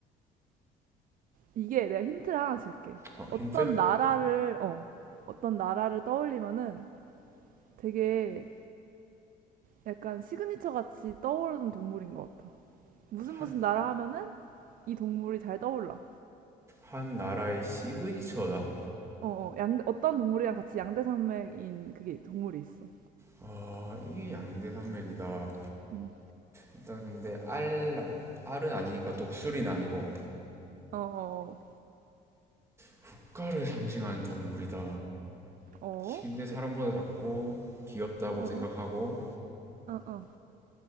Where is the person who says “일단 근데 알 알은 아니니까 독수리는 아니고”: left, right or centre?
Right